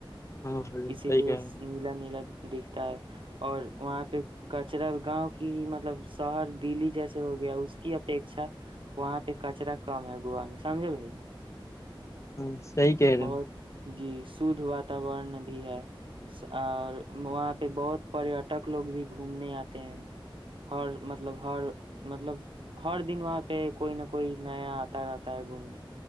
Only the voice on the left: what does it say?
ہاں صحیح
کہہ رہے ہیں،
ہاں صحی کہہ رہے
ہ